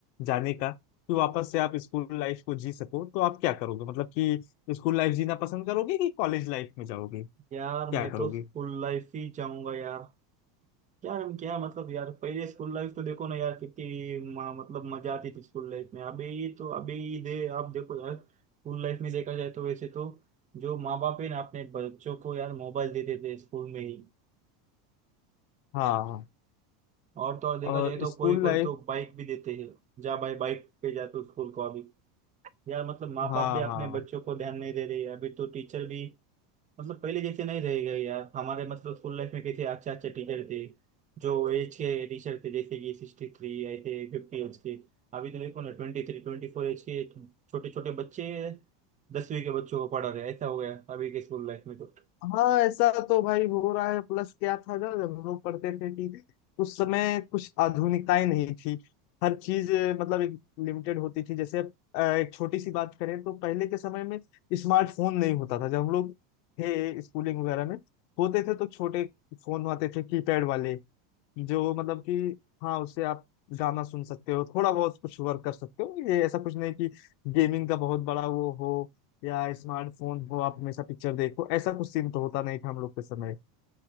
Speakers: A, on the left; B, on the right.
A: जाने का कि वापस से आप स्कूल लाइफ को जी सको तो आप क्या करोगे मतलब कि स्कूल लाइफ जीना पसंद करोगे कि कॉलेज लाइफ में जाओगे
B: यार
A: क्या
B: मैं
A: करोगे
B: तो स्कूल लाइफ ही जाऊंगा यार यार हम क्या मतलब यार पहले स्कूल लाइफ तो देखो ना यार कितनी म- मतलब मजा आती थी स्कूल लाइफ में अभी तो अभी दे आप देखो यार स्कूल लाइफ में देखा जाए तो वैसे तो जो माँ बाप है ना अपने बच्चों को यार मोबाइल देते थे स्कूल में ही
A: हाँ हाँ।
B: और तो और देखा
A: और
B: जाए तो
A: स्कूल
B: कोई कोई
A: लाइफ
B: तो बाइक भी देते हैं जा भाई बाइक पे जा तू स्कूल को अभी यार मतलब माँ
A: हाँ
B: बाप भी अपने
A: हाँ
B: बच्चों को ध्यान नहीं दे रहे अभी तो टीचर भी मतलब पहले जैसे नहीं रहेगा यार हमारे मतलब स्कूल लाइफ में कैसे अच्छे अच्छे टीचर थे जो एज के टीचर थे जैसे कि सिक्सटी थ्री ऐसे फिफ्टी एज के अभी तो देखो ना ट्वेंटी थ्री ट्वेंटी फोर एज के छोटे छोटे बच्चे दसवीं के बच्चों को पढ़ा रहे हैं। ऐसा हो गया अभी के स्कूल लाइफ में तो
A: हाँ ऐसा तो भाई हो रहा है प्लस क्या था ना जब हम लोग पढ़ते थे कि उस समय कुछ आधुनिकताएं नहीं थी हर चीज अ, मतलब एक लिमिटेड होती थी जैसे अब, अ, एक छोटी सी बात करें तो पहले के समय में स्मार्टफोन नहीं होता था जब हम लोग थे स्कूलिंग वगैरह में होते थे तो छोटे फोन आते थे कीपैड वाले जो मतलब कि हाँ उससे आप गाना सुन सकते हो थोड़ा बहुत कुछ वर्क कर सकते हो ये ऐसा कुछ नहीं कि गेमिंग का बहुत बड़ा वो हो या स्मार्टफोन हो आप हमेशा पिक्चर देखो ऐसा कुछ सीन तो होता नहीं था हम लोग के समय